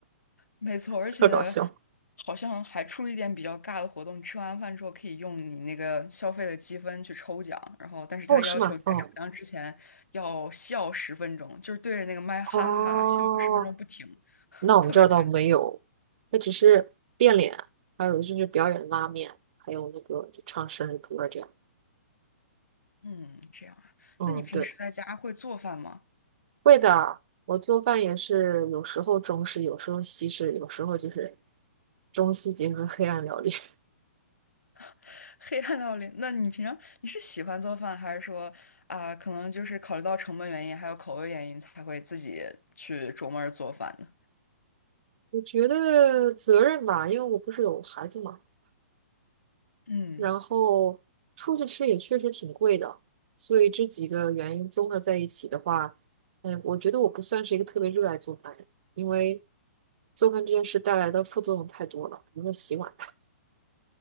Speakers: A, on the left; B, on the right.
A: 没错，而且
B: 特搞笑。
A: 好像还出了一点比较尬的活动，吃完饭之后可以用你那个消费的积分去抽奖，然后但是他要求你在抽奖之前要笑十分钟，
B: 哦，是吗？哦
A: 就是对着那个麦哈哈哈笑十分钟不停，
B: 哦，
A: <laughs>
B: 那我们这儿倒没有，
A: 特别尴尬。
B: 那只是变脸，还有就是表演拉面，还有那个就唱生日歌这样。
A: 嗯，这样啊，
B: 嗯，
A: 那你平时在家会做饭吗？
B: 对。会的，我做饭也是有时候中式，有时候西式，有时候就是中西结合黑暗料理。<laughs>
A: <laughs> 黑暗料理，那你平常你是喜欢做饭，还是说啊、可能就是考虑到成本原因，还有口味原因，才会自己去琢磨着做饭呢？
B: 我觉得责任吧，因为我不是有孩子嘛，
A: 嗯
B: 然后出去吃也确实挺贵的，所以这几个原因综合在一起的话，嗯，我觉得我不算是一个特别热爱做饭的人，因为做饭这件事带来的副作用太多了，比如说洗碗，<laughs>